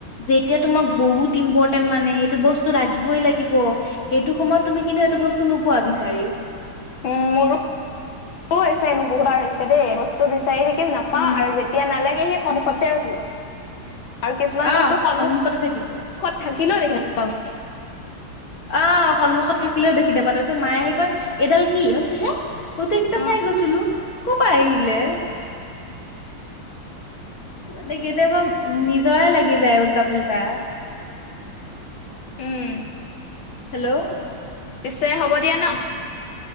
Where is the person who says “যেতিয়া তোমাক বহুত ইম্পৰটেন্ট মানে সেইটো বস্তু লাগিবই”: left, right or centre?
Left